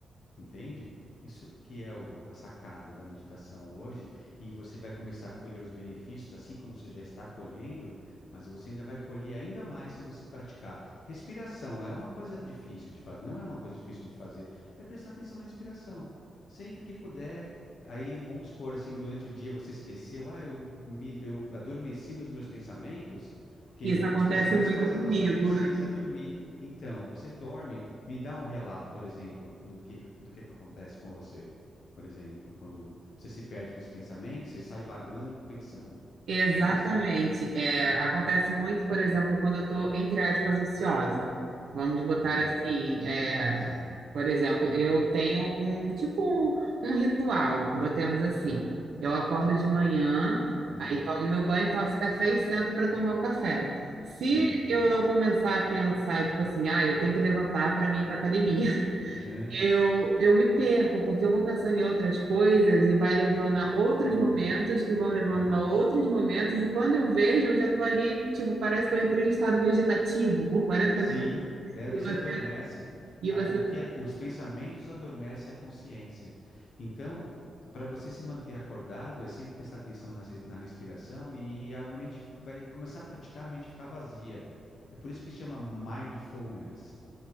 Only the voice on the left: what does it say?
Entende? Isso que é o- a sacada da meditação hoje, e você vai começar a colher os benefícios, assim como você já está colhendo, mas você ainda vai colher ainda mais se você praticar. Respiração é uma coisa difícil de fazer, não é uma coisa difícil de fazer, é prestar atenção na respiração. Sempre que puder, aí vamos supor assim, durante o dia você esqueceu, ah, eu, me, eu adormeci nos meus pensamentos, porque
os
pensamentos
fazem
a nossa consciência dormir. Então, você dorme. Me dá um relato, por exemplo, do que, do que que acontece com você, por exemplo, quando você se perde nos pensamentos, você sai vagando pensando.
É isso?
Ah,
sim,
tá.
Aham,
certo.
Aham,
então.
aham.
Sim,
é,
você
adormece.
A-
O que a- os pensamentos adormecem a consciência. Então, para você se manter acordado, é sempre prestar atenção nas re- na, respiração e a mente fi- vai começar a praticar a mente ficar vazia. É por isso que chama mindfulness.